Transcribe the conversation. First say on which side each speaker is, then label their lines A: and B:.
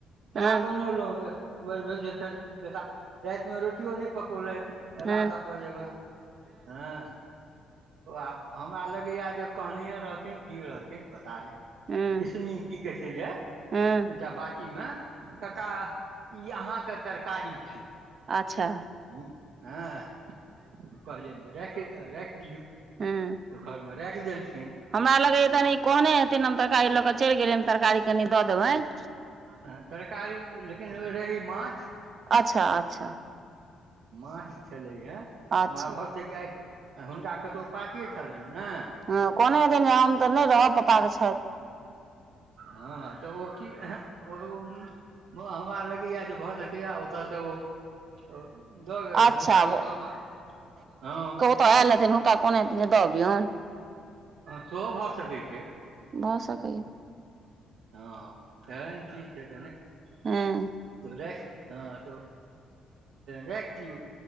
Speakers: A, on the right; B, on the right.
A: हँ
B: चाह बनौलहुँ। एक बेर भेल जे फेर रातिमे रोटियो नहि पकौलथि अयलाह
A: हँ
B: दस बजेमे हँ- - वाह हमरा लगैए जे कहनए रहथिन की रहथिन पता नहि-
A: हँ
B: - इसमी की कहै छै गेय
A: हँ
B: एटा बाटीमे -- ककाह ई अहााँके तरकारी छी।
A: अच्छा- -
B: हु आँ कल रख राखि दियऔ।
A: हु --
B: सुखल मे राखि देलखिन।
A: हमरा लगे ए तनी कोने हेथिन हम तरकारी लऽ के चलि गेलिय तरकारी कनि दऽ देबनि।
B: ह तरकारी लेकिन रही माछ- -
A: अच्छा -अच्छा- -
B: माछ छलैया
A: अच्छा
B: ओना भऽ सकेया हुनका कतहु पाटीए छलैन न।
A: ह कोनो एदिन आम तऽ नहि रहब पता छै।
B: हँ तऽ ओ एहे ओ -- हमरा लगैया जे भऽ सकैया ओतऽसँ ओ- - दऽ ग
A: अच्छा
B: हिनका ओतऽ मा हँ- -
A: तऽहेथिन हुनका कहने हेथीन दऽबियौनि।
B: हँ, सेहो भऽ सकैत छै।
A: भ सकै य।
B: हँ, केहन की छै, से तने,
A: हँ
B: र हँ, तऽ राख दियऔ।